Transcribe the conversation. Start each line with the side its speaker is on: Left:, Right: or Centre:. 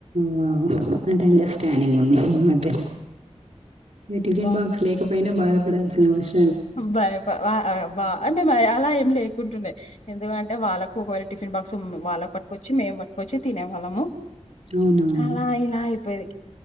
Right: వావ్ అంటే అండర్స్టాండింగ్ ఉంది మీ మధ్య మీ టిఫిన్
Left: వా
Right: బాక్స్ లేకపోయినా బాధపడాల్సిన అవస్
Left: బయ్ బ అ మే అలా ఏం లేకుంటుండే ఎందుకంటే వాళ్ళకు ఒకరి టిఫిన్ బాక్స్ వాళ్ళకు పట్టుకొచ్చి మేము పట్టుకవచ్చి తినేవాళ్ళము
Right: అవునవును.
Left: అలా ఇలా అయిపోయిది